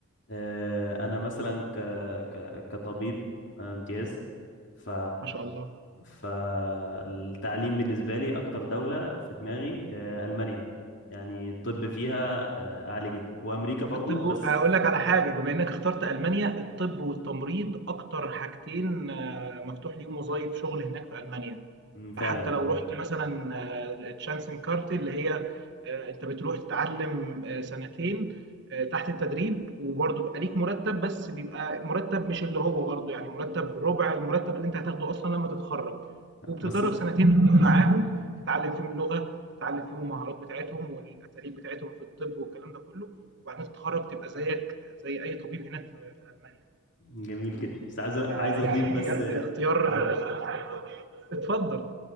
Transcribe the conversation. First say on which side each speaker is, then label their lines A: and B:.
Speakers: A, on the left (about 55°); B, on the right (about 50°).
A: آه انا مثلا ك... ك... كطبيب آه، امتياز ف
B: ما شاء الله
A: فالتعليم بالنسبة لي أكتر دولة في دماغي آه، ألمانيا يعني الطب فيها آه، عالي جدا وأمريكا برضو
B: الطب
A: بس
B: هقول لك على حاجة بما انك اخترت ألمانيا الطب والتمريض اكتر حاجتين آه، مفتوح ليهم وظائف شغل هناك في ألمانيا
A: أمم، فعلا
B: حتى
A: انا
B: لو رحت مثلا آه، تشانسن كارت اللي هي آه، انت بتروح تتعلم آه، سنتين آه، تحت التدريب وبرضه بيبقى ليك مرتب بس بيبقى مرتب مش اللي هو برضه يعني مرتب ربع المرتب اللي انت هتاخده اصلا لما تتخرج وبتتدرب
A: بس
B: سنتين معاهم تتعلم فيهم اللغه تتعلم فيهم المهارات بتاعتهم والاساليب بتاعتهم في الطب والكلام ده كله وبعدين تتخرج تبقى زيك زي اي طبيب هناك في في المانيا
A: جميل كده بس عايز عايز
B: فيعني
A: اضيف بس
B: بجد اختيار
A: ال...
B: <laughs> اتفضل